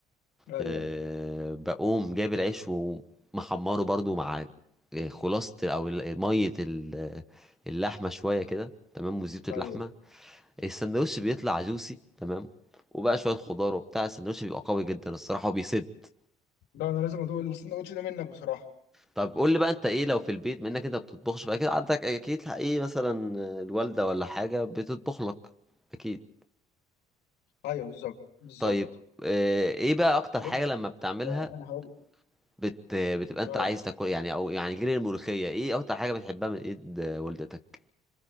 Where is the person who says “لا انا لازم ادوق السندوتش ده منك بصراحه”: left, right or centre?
Left